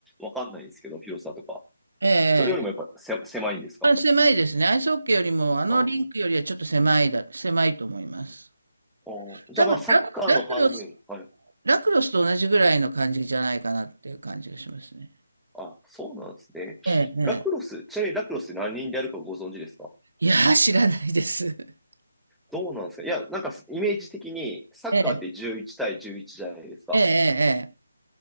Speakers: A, in the centre; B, on the right.
A: わかんないんですけど、広さとか。
B: え
A: それよりもやっぱせ、
B: え、
A: 狭いんですか
B: まあ、狭いですね。アイスホッケーよりも、あのリンクよりはちょっと狭いだ、
A: ああ、あ
B: 狭いと思います。
A: ーじゃあまあ、
B: 多分ラ、
A: サッカーの半分。
B: ラクロス、
A: はい。
B: ラクロスと同じぐらいの感じじゃないかなっていう感じがしますね。
A: あ、そうなんですね。
B: ええ、ええ。
A: ラクロス、ちなみにラクロスって何人でやるかご存知ですか
B: いやー、知らないです。<laughs>
A: どうなんですかいや、なんかイメージ的にサッカーって11対11じゃないですか。
B: ええ、ええ、ええ。ええ